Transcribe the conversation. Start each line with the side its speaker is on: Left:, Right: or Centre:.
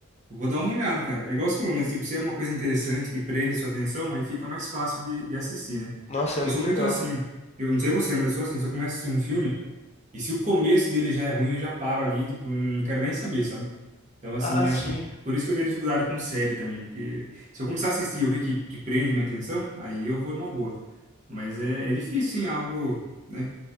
Right: Eu Vou dar uma olhada, cara. É igual você falou, né? Tipo, se é uma coisa interessante que prende sua atenção, aí fica mais fácil de, de assistir, né?
Left: Nossa,
Right: Porque
Left: é muito
Right: eu sou muito
Left: legal.
Right: assim. Eu não sei você, mas eu sou assim. Se eu começo a assistir um filme, e se o começo dele já é ruim, eu já paro ali, tipo, não quero nem saber, sabe? Então, assim,
Left: Ah, ah, sim.
Right: acho que por isso que eu tenho dificuldade com série também. Porque se eu começar a assistir e eu ver que, que prende minha atenção, aí eu vou numa boa. Mas é, é difícil, sim, algo, né?